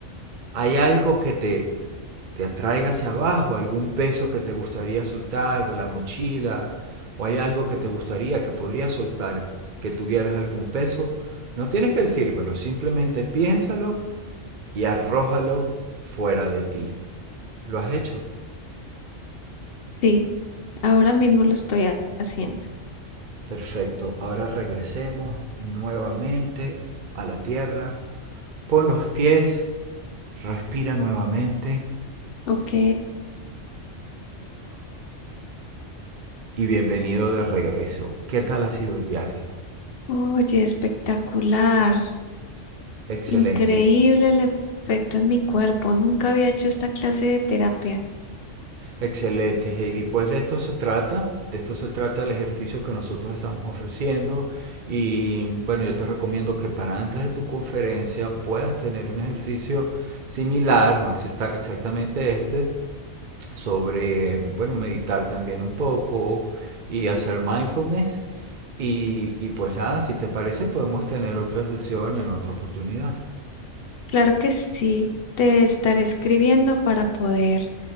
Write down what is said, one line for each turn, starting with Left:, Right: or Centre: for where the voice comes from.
Right: Hay algo que te te atraiga hacia abajo algún peso que te gustaría soltar de la mochila o hay algo que te gustaría que podrías soltar que tuvieras algún peso, no tienes que decírmelo, simplemente piénsalo y arrójalo fuera de ti. ¿Lo has hecho?
Left: sí, ahora mismo lo estoy ha- haciendo.
Right: Perfecto. Ahora regresemos nuevamente a la tierra. Pon los pies, respira nuevamente
Left: Ok,
Right: y bienvenido de regreso. ¿Qué tal ha sido el viaje?
Left: oye, espectacular,
Right: Excelente.
Left: increíble el efecto en mi cuerpo. Nunca había hecho esta clase de terapia.
Right: Excelente, Heidi. Pues de esto se trata, de esto se trata el ejercicio que nosotros estamos ofreciendo y bueno, yo te recomiendo que para antes de tu conferencia puedas tener un ejercicio similar, no exista- exactamente este, sobre, bueno, meditar también un poco y hacer mindfulness. Y, y pues nada, si te parece, podemos tener otra sesión en otra oportunidad.
Left: Claro que sí, te estaré escribiendo para poder